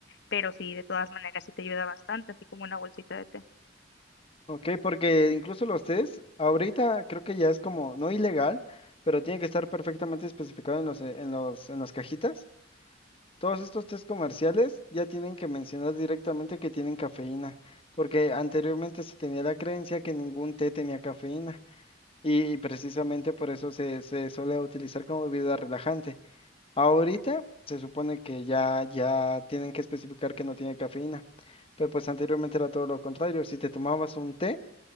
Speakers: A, on the left; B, on the left.
A: pero sí, de todas maneras sí te ayuda bastante, así como una bolsita de té.
B: ok, porque incluso los test, ahorita creo que ya es como no ilegal, pero tiene que estar perfectamente especificado en los, eh, en los, en las cajitas. Todos estos test comerciales ya tienen que mencionar directamente que tienen cafeína, porque anteriormente se tenía la creencia que ningún té tenía cafeína y, y precisamente por eso se, se suele utilizar como bebida relajante. Ahorita se supone que ya, ya tienen que especificar que no tiene cafeína, pero pues anteriormente era todo lo contrario. Si te tomabas un té,